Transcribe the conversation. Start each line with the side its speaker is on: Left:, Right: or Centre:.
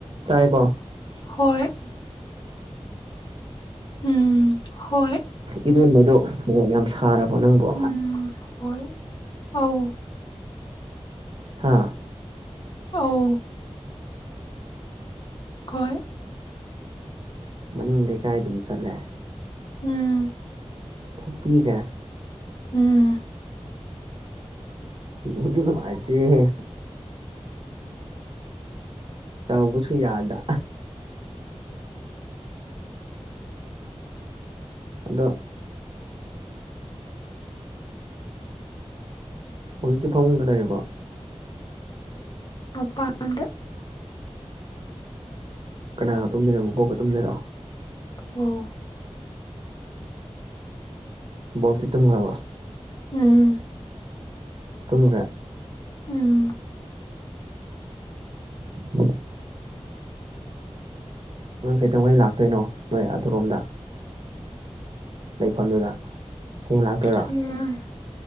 Right: ꯆꯥꯏ ꯀꯣ
Left: ꯍꯣꯏ ꯎꯝ ꯍꯣꯏ
Right: ꯏꯔꯦꯟꯕꯗꯨ ꯃꯔꯣꯛ ꯌꯥꯝ ꯁꯥꯔꯕꯣ ꯅꯪꯕꯣ
Left: ꯎꯝ ꯍꯣꯏ ꯑꯧ
Right: ꯍꯥꯥ
Left: ꯑꯧ ꯍꯣꯏ
Right: ꯃꯅꯤꯡ ꯂꯩꯀꯥꯏ ꯑꯗꯨꯝ ꯆꯠꯂꯦ
Left: ꯎꯝ
Right: ꯊꯣꯛꯄꯤꯒ
Left: ꯎꯝ
Right: ꯅꯨꯡꯕꯨꯗꯤ ꯅꯨꯡꯉꯥꯏ ꯇꯦꯍꯦ ꯁꯥꯎꯕꯥꯁꯨꯨ ꯌꯥꯗ ꯑꯗꯣ ꯍꯧꯖꯤꯛꯇꯤ ꯐꯃꯨꯡꯗ ꯂꯩꯔꯥꯕꯣ
Left: ꯃꯄꯥꯥꯟꯗ
Right: ꯀꯅꯥꯒ ꯇꯨꯝꯗꯣꯏꯅꯣ ꯕꯣꯛꯀ ꯇꯨꯝꯗꯣꯏꯔꯣ
Left: ꯑꯧ
Right: ꯕꯣꯛꯇꯤ ꯇꯨꯝꯈ꯭ꯔꯕꯣ
Left: ꯎꯝ
Right: ꯇꯨꯝꯈ꯭ꯔꯦ
Left: ꯎꯝ
Right: <unintelligible> ꯅꯪ ꯀꯩꯗꯧꯉꯩ ꯂꯥꯛꯇꯣꯏꯅꯣ ꯅꯣꯏ ꯑꯗꯨꯔꯣꯝꯗ ꯂꯩꯐꯝꯗꯨꯗ ꯍꯌꯦꯡ ꯂꯥꯛꯇꯣꯏꯔꯣ
Left: ꯍꯌꯦꯡ